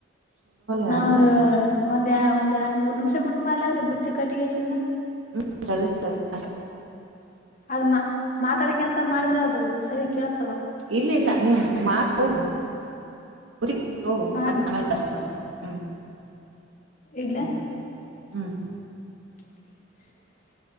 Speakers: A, on the right; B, on the left.
A: ಯಾರ್
B: ನಾವ ಒಂದ
A: ಬೇಡ ಅಂದ್ರ
B: ಒಂದ್ ಒಂದ್ ಯರ್ದ ಮೂರ್ ನಿಮಿಷ ಬಿಟ್ ಮಾಡ್ಲವ್ರೀ ಬುತ್ತಿ ಕಟ್ಟಿಗೆಸಿಂದ
A: ಹ ಸರಿ ಸರಿಷ್ಟ
B: ಅದ್ ಮಾ ಮಾತಾಡಿಕ ಅಂತ ಮಾಡಿದ್ರೆ ಅದು ಸರಿ ಕೇಳ
A: ಇಲ್ಲ ಇಲ್ಲ ನೀವು ಮಾಡ ಹೋಗತ್ತ
B: ಮಾಡಿ
A: ಆೇಷ್ಟ ಹ್ಮ್
B: ಇಡ್ಲ
A: ಹ್ಮ ಹ್ಮ್
B: <inaudible>